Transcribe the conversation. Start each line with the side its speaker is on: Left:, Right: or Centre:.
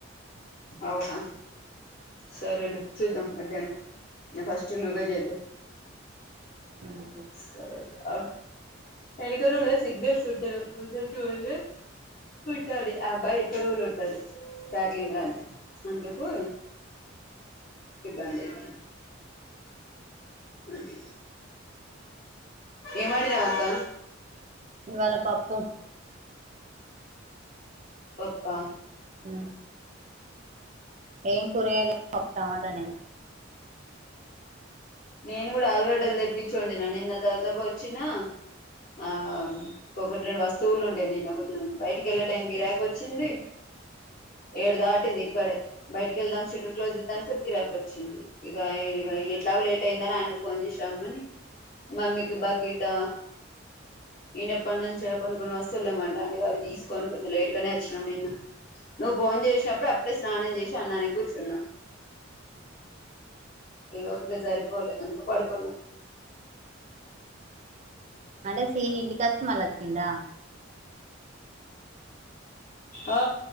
Left: అవునా సరేలే చూద్దాం మధ్యాహ్నం ఫస్ట్ నువ్వే చేదువ్
Right: ఉ
Left: సరే ఆ ఎనక రూమ్ లో సిగ్నల్స్ ఉంటలేవ్ ముందల్కీ వెళ్ళి విట్టాదది అబ్బాయిక రూమ్లుంటది ప్యాకంలా అందుకు ఇబ్బంది అవుతుంది కే ఏం వండినవ్ అక్క
Right: ఇవాళ పప్పు
Left: పప్పా
Right: ఆ ఏం కురగయాలు లేవన్ పప్పు టమాట వండిన
Left: నేను కూడా ఆలుగడ్డలు తెప్పించోండినా నిన్న దాబా దాబా వచ్చినా ఆ ఒకొటి రెండు వస్తువులు ఉండే నిన్న కొంచెం బయటికి వెళ్ళే టైమ్గిరాకి వచ్చింది ఏడు దాటింది ఇక్కడే బయటికి వెళ్దాం షటిల్ క్లోజ్ చేద్దా అని సరికి గీరాక్ వచ్చింది ఇక ఇ ఎట్లా లేట్ లేట్ అయిందని ఆయనకు ఫోన్ చేసి రామ్మని మమ్కి బకెట్ నేను ఎప్పటి నుంచో కొన్ని కొన్ని వస్తువులు లేమంట అంటే అవి తీసుకోని కొంచెం లేట్ గానే వచ్చినాం నిన్న నువ్వు ఫోన్ చేసినప్పుడు అప్పుడే స్నానం చేసి అన్నానికి కూర్చున్నా <inaudible> పోలే అందుకు పడుకున్నా
Right: అంటే సిరి ఇంటికి వచ్చి మల్ల వచ్చిందా
Left: ఓ